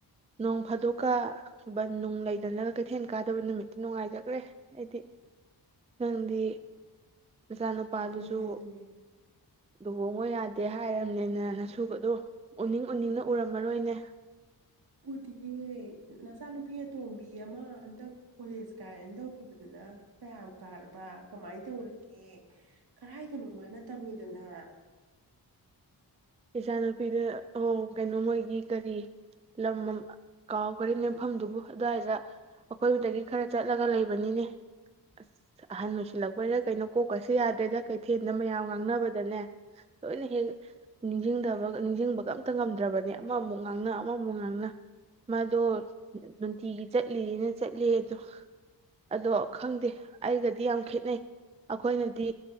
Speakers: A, on the right; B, on the right.
A: ꯅꯣꯡ ꯐꯥꯗꯣꯛꯀꯕ ꯅꯨꯡ ꯂꯩꯗꯅꯒ ꯀꯩꯊꯦꯜ ꯀꯥꯗꯕ ꯅꯨꯃꯤꯠꯇꯤ ꯅꯨꯡꯉꯥꯏꯖꯈ꯭ꯔꯦ ꯑꯩꯗꯤ ꯅꯪꯗꯤ ꯏꯆꯥꯅꯨꯄꯥꯗꯨꯁꯨ
B: ꯑꯗꯨꯅꯦ ꯑꯗꯨꯅꯦ
A: ꯂꯨꯍꯣꯡꯉꯣ ꯌꯥꯗꯦ ꯍꯥꯏꯔꯕꯅꯤꯅ ꯅ ꯑꯨꯗꯨꯒꯗꯨ ꯎꯅꯤꯡ ꯎꯅꯤꯡꯅ ꯎꯔꯝꯃꯔꯣꯏꯅꯦ
B: ꯎꯗꯤꯌꯦ ꯅꯆꯥꯅꯨꯄꯤ ꯑꯇꯣꯝꯕꯤ ꯑꯃ ꯍꯟꯇꯛ ꯀꯣꯂꯦꯖ ꯀꯥꯏꯅ ꯇꯧꯈꯤꯕꯗꯨꯅ ꯀꯌꯥꯝ ꯀꯥꯔꯕ ꯀꯃꯥꯏꯅ ꯇꯧꯔꯒꯦ ꯀꫪꯥꯏ ꯗꯅꯣ ꯃꯥꯅ ꯇꯝꯃꯤꯗꯨꯅ
A: ꯏꯆꯥꯅꯨꯄꯤꯗꯨ ꯑꯣ ꯀꯩꯅꯣ ꯃꯣꯏꯒꯤ ꯀꯔꯤ ꯂꯝ ꯀꯥꯎ ꯒꯔꯦꯅꯦ ꯐꯝꯗꯨꯕꯨ ꯑꯗꯨꯋꯥꯏꯗ ꯑꯩꯀꯣꯏꯕꯗꯒꯤ ꯈꯔ ꯆꯠꯂꯒ ꯂꯩꯕꯅꯤꯅꯦ ꯑꯁ ꯑꯍꯟ ꯑꯣꯏꯁꯤꯜꯂꯛꯄꯩꯔ ꯀꯩꯅꯣ ꯀꯣꯛꯀꯁꯦ ꯌꯥꯗ꯭ꯔꯦꯗ ꯀꯩꯊꯦꯜꯗ ꯃꯌꯥꯝ ꯉꯥꯡꯅꯕꯗꯅꯦ ꯂꯣꯏꯅ ꯍꯦꯛ ꯅꯤꯡꯁꯤꯡꯗꯕ ꯅꯤꯡꯁꯤꯡꯕꯒ ꯑꯝꯇ ꯉꯝꯗ꯭ꯔꯕꯅꯦ ꯑꯃꯃꯨꯛ ꯉꯥꯡꯅ ꯑꯃꯃꯨꯛ ꯉꯥꯡꯅ ꯃꯥꯗꯣ ꯅꯨꯡꯇꯤꯒꯤ ꯆꯠꯂꯤꯅ ꯆꯠꯂꯤ ꯑꯗꯣ ꯑꯗꯣ ꯈꯪꯗꯦ ꯑꯩꯒꯗꯤ ꯌꯥꯝ ꯈꯦꯠꯅꯩ ꯑꯈꯣꯏꯅꯗꯤ